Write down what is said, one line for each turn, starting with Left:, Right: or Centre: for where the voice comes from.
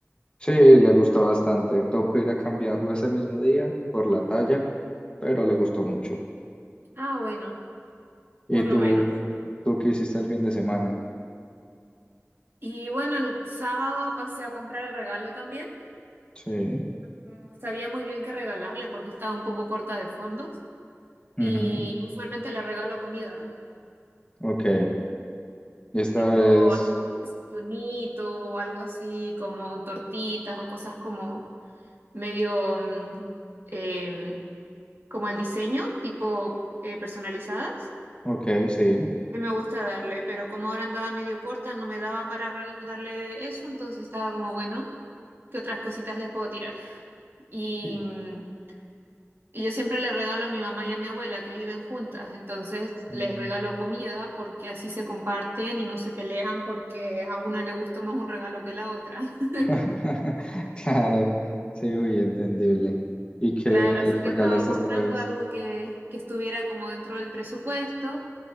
Left: Sí, le gustó bastante. Tocó ir a cambiarlo ese mismo día por la talla, pero le gustó mucho.
Right: Ah, bueno,
Left: ¿Y
Right: por lo
Left: tú,
Right: menos.
Left: tú qué hiciste el fin de semana?
Right: Y bueno, el sábado pasé a comprar el regalo también.
Left: Sí.
Right: No sabía muy bien qué regalarle porque estaba un poco corta de fondos.
Left: Ujú.
Right: Y yo usualmente le regalo comida,
Left: Ok. Y esta
Right: tipo
Left: vez,
Right: algún desayunito o algo así, como tortitas o cosas como medio mm, em, como al diseño, tipo eh, personalizadas.
Left: ok, sí.
Right: Que me gusta darle, pero como ahora andaba medio corta, no me daba para re- darle eso, entonces estaba como bueno, ¿qué otras cositas les puedo tirar? Y.
Left: Y-
Right: mm, Y yo siempre le regalo a mi mamá y a mi abuela que viven juntas, entonces les
Left: Mm.
Right: regalo comida porque así se comparten y no se pelean porque a una le gustó más un regalo que la otra. <laughs>
Left: <laughs> Claro, sí, uy, entendible. ¿Y qué
Right: Claro, así
Left: le
Right: que
Left: regalaste
Right: estaba buscando
Left: esta vez?
Right: algo que, que estuviera como dentro del presupuesto